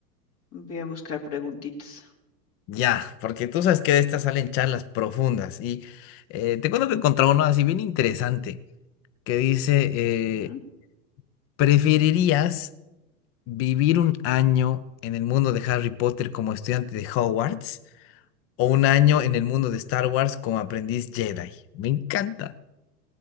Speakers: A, on the left; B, on the left.
A: voy a buscar preguntitas.
B: Ya, porque tú sabes que de estas salen charlas profundas y eh, te cuento que encontré uno así bien interesante que dice, eh,
A: ¿Ya?
B: ¿preferirías vivir un año en el mundo de Harry Potter como estudiante de Hogwarts? o un año en el mundo de Star Wars como aprendiz Jedi. Me encanta.